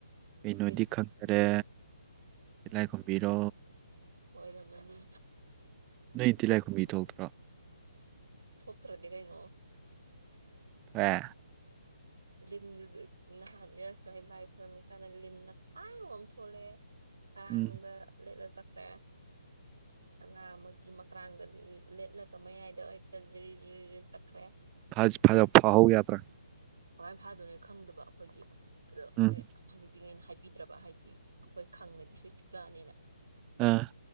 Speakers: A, on the right (about 20°); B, on the right (about 70°).
A: ꯀꯩꯅꯣꯗꯤ
B: ꯀꯩꯅꯣ
A: ꯈꯪꯗꯔꯦ ꯇꯤꯂꯥꯏ ꯈꯨꯝꯕꯤꯔꯣ
B: ꯑꯣꯏꯔꯝꯃꯅꯤ
A: ꯅꯩ ꯇꯤꯂꯥꯏꯈꯨꯝꯕꯤ ꯊꯣꯛꯇ꯭ꯔꯣ
B: ꯊꯣꯛꯇ꯭ꯔꯗꯤ ꯀꯩꯅꯣ
A: ꯋꯦ <inaudible>
B: ꯂꯤꯟꯗꯨ ꯖꯨ ꯅꯍꯥꯟ ꯏꯔꯛꯇꯣꯅꯤ ꯂꯥꯏ ꯈꯣꯏꯔꯝꯃꯤ ꯀꯥꯟꯗ ꯂꯤꯟꯅ ꯑꯁꯥꯡꯕꯝ ꯊꯣꯛꯂꯑꯦ ꯀꯔꯥꯡꯅꯨꯡꯗ
A: ꯎꯝ
B: ꯂꯤꯠꯂ ꯆꯠꯈ꯭ꯔꯦ ꯑꯉꯥꯡ ꯑꯃ ꯇꯤ ꯃꯀ꯭ꯔꯥꯡꯗ ꯂꯦꯠꯂꯒ ꯃꯌꯥꯏꯗ ꯑꯦꯛꯇ ꯖꯤꯔꯤ ꯖꯤꯔꯤ ꯖꯤꯔꯤ ꯆꯠꯈ꯭ꯔꯦ
A: ꯐꯖ ꯐꯗ ꯐꯍꯧ ꯌꯇ꯭ꯔꯥ
B: ꯀꯃꯥꯏ ꯐꯥꯗꯣꯏꯔꯦ ꯈꯪꯗꯕ ꯑꯩꯈꯣꯏꯗꯤ ꯑꯗꯣ
A: ꯎꯝ
B: ꯃꯣꯏ ꯍꯅꯨꯕꯥꯉꯩꯅ ꯍꯥꯏꯕꯤꯗ꯭ꯔꯕ ꯍꯥꯏꯗꯤ ꯑꯈꯣꯏ ꯈꯪꯉꯗꯤꯁꯨꯏꯁ ꯀꯂꯥꯅꯦꯅ
A: ꯑ